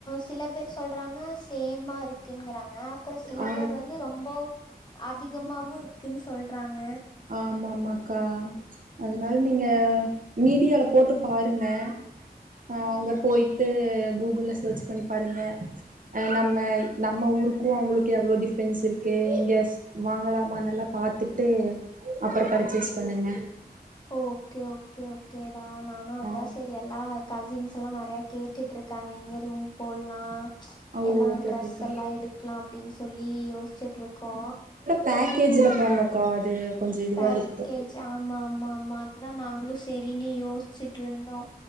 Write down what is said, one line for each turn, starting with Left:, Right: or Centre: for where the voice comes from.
Left: சில பேர் சொல்றாங்க சேமா இருக்குன்னு ஆ அப்புற சில
Right: ஆ
Left: பேர் வந்து ரொம்ப அதிகமாவு இருக்குன்னு சொல்றாங்க
Right: ஆமாமாக்கா அதனால நீங்க மீடியால போட்டு பாருங்க. ஆ அங்க போயிட்டு கூகுள்ல சர்ச் பண்ணி பாருங்க அ நம்ம நம்ம ஊருக்கு அவங்களுக்கு எவ்வளோ டிஃப்ரென்ஸ் இருக்கு இங்கேச் வாங்கலாமா நல்லா பாத்துட்டு அப்புற பர்ச்சேஸ் பண்ணுங்க
Left: ஓகே ஓகே ஓகேடா நா நா அதா
Right: ஆ
Left: செரி எல்லா கசின்ஸ் எல்லா நெறைய கேட்டுட்டு இருக்காங்க எங்க ரூம் போட்லா
Right: ஆ
Left: எல்லா
Right: ஓகே
Left: ட்ரெஸ்
Right: ஓகேக்கா
Left: எல்லா எடுக்குலா அப்டின்னு சொல்லி யோச்சுட்ருக்கோ
Right: பேக்கேஜுல போங்கக்கா அது கொஞ்ச இதுவாக
Left: பேக்
Right: இருக்
Left: கேஜ் ஆமா ஆமா ஆமா அதுதா நாங்களு சேரினு யோச்சுட்ருந்தோ